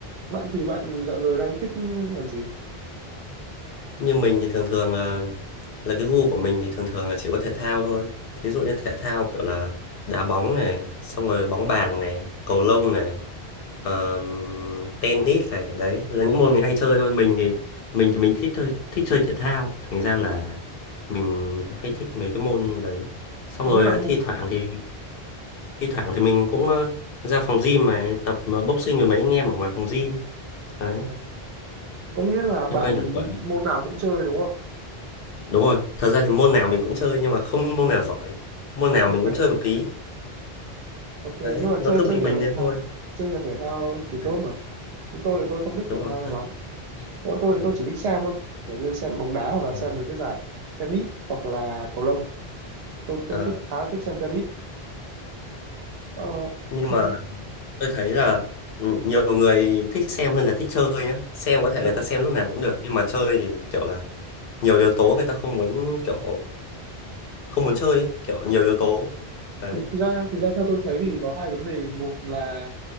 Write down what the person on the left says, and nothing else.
Như mình thì thường thường ờ, là cái gu của mình thì thường thường là chỉ có thể thao thôi. Thí dụ như thể thao kiểu là đá bóng này, xong rồi bóng bàn này, cầu lông này. Ờ, tennis này đấy là những môn mình hay chơi thôi mình thì mình thì mình thích thôi thích chơi thể thao thành ra là mình hay thích mấy cái môn đấy xong
À, rồi
ờ,
thi thoảng thì thi thoảng thì mình cũng ờ, ra phòng gym mà tập ờ, boxing với mấy anh em ở ngoài phòng gym đấy
loanh quanh lẩn quẩn
đúng rồi thật ra thì môn nào mình cũng chơi nhưng mà không môn nào giỏi môn
nào mình cũng chơi một tí
đấy
nó
cứ bình
bình
thế
thôi
đấy
đúng
rồi
chơi
ừ.
yeah.
Ờ,
nhưng
mà tôi thấy là ừ, nhiều người thích xem hơn là thích chơi nhá xem có thể
người ta
xem lúc nào cũng được nhưng mà chơi thì kiểu là nhiều yếu tố người ta không muốn kiểu không muốn chơi ấy kiểu nhiều yếu tố đấy